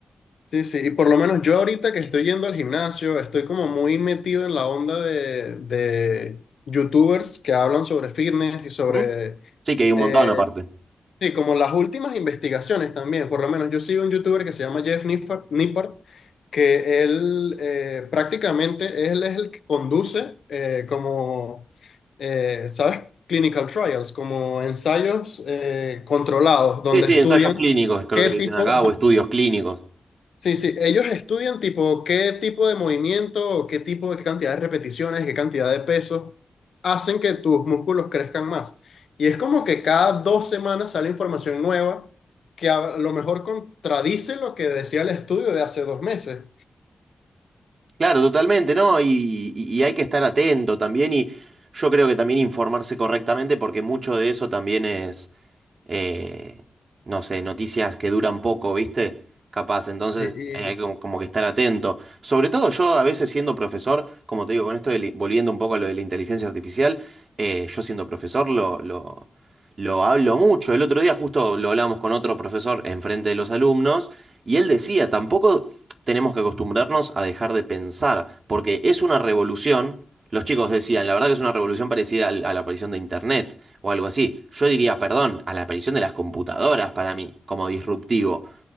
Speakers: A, on the left; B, on the right.
A: Sí, sí, y por lo menos yo ahorita que estoy yendo al gimnasio, estoy como muy metido en la onda de, de youtubers que hablan sobre fitness y sobre,
B: Ujú. Sí, que hay un
A: eh,
B: montón aparte.
A: sí, como las últimas investigaciones también. Por lo menos yo sigo un youtuber que se llama Jeff Nippard, Nippard, que él eh, prácticamente él es el que conduce eh, como, eh, ¿sabes? Clinical trials, como ensayos eh, controlados, donde
B: Sí, sí,
A: estudian
B: ensayos clínicos, creo
A: qué
B: que le
A: tipo...
B: dicen acá,
A: ajá.
B: o estudios clínicos.
A: Sí, sí, ellos estudian tipo qué tipo de movimiento, o qué tipo de qué cantidad de repeticiones, qué cantidad de pesos hacen que tus músculos crezcan más. Y es como que cada dos semanas sale información nueva que a lo mejor contradice lo que decía el estudio de hace dos meses.
B: Claro, totalmente, ¿no? Y, y- y hay que estar atento también y yo creo que también informarse correctamente porque mucho de eso también es, eh, no sé, noticias que duran poco, ¿viste? Capaz, entonces
A: Sí, y-
B: eh, hay como, como que estar atento. Sobre todo yo a veces siendo profesor, como te digo, con esto de la- volviendo un poco a lo de la inteligencia artificial, eh, yo siendo profesor lo, lo, lo hablo mucho. El otro día justo lo hablábamos con otro profesor enfrente de los alumnos y él decía, tampoco tenemos que acostumbrarnos a dejar de pensar, porque es una revolución. Los chicos decían, la verdad que es una revolución parecida al- a la aparición de Internet o algo así. Yo diría, perdón, a la aparición de las computadoras para mí, como disruptivo.